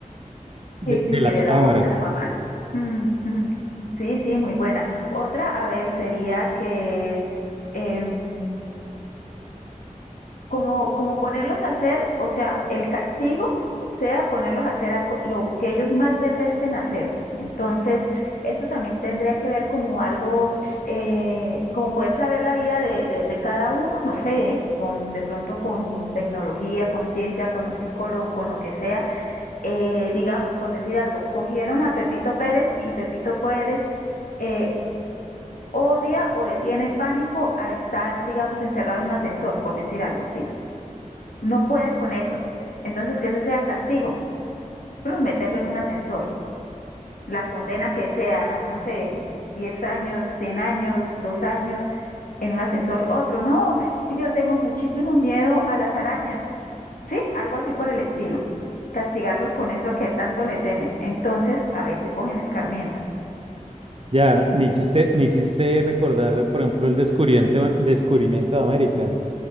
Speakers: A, on the right; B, on the left.
A: de,
B: sí,
A: de
B: sí, sí,
A: las
B: de
A: cámaras.
B: la voz de la mamá. Mm, mm. Sí, sí, muy buena. Otra, a ver, sería que em, como, como ponerlos a hacer, o sea, el castigo sea ponerlos a hacer algo, lo que ellos más detesten hacer. Entonces, eso también tendría que ver como algo, eh, como poder saber la vida de, de, de cada uno, no sé, con, de pronto con tecnología, con ciencia, con un psicólogo, con lo que sea. Eh, digamos, por decir algo, cogieron a Pepito Pérez y Pepito Pérez eh, odia o le tiene pánico a estar, digamos, encerrado en un ascensor, por decir algo, ¿sí? No puede con eso. Entonces, que ese sea el castigo. Pero meterlo en un ascensor. La condena que sea, no sé, 10 años, 100 años, 2 años, en un ascensor, otro. No, que yo tengo muchísimo miedo a las arañas. Sí, algo así por el estilo. Castigarlos con eso a que tanto le temen. Entonces, a ver si cogen escarmiento.
A: Ya, me hiciste, me hiciste recordar, por ejemplo, el descubrimiento, descubrimiento de América,